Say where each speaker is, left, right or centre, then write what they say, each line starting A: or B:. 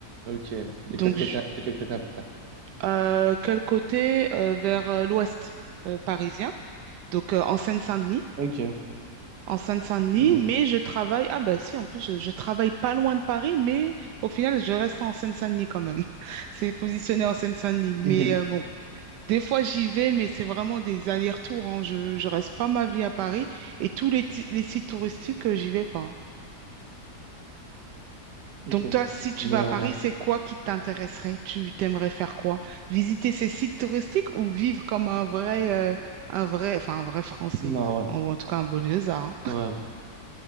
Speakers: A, on the right; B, on the right.
A: Ok, de
B: Donc,
A: quel côté,
B: je-
A: de quel côté à peu près?
B: euh, quel côté? Euh, vers euh, l'ouest euh, parisien, donc euh, en Seine-Saint-Denis.
A: Ok.
B: En Seine-Saint-Denis,
A: Mhm.
B: mais je travaille. Ah, bah si, en plus, je, je travaille pas loin de Paris, mais au final, je reste en Seine-Saint-Denis quand même. <laughs> C'est positionné en Seine-Saint-Denis. Mais
A: Mhm.
B: euh, bon. Des fois, j'y vais, mais c'est vraiment des allers-retours. hein. Je, je reste pas ma vie à Paris et tous les, ti- les sites touristiques, euh, j'y vais pas. hein. Donc,
A: Ok.
B: toi, si tu
A: Mais
B: vas à
A: en,
B: Paris,
A: en vrai,
B: c'est quoi qui t'intéresserait? Tu t'aimerais faire quoi? Visiter ces sites touristiques ou vivre comme un vrai, euh, un vrai, enfin, un vrai Français,
A: non, ouais.
B: ou en tout cas un Boniosa, hein.
A: Ouais.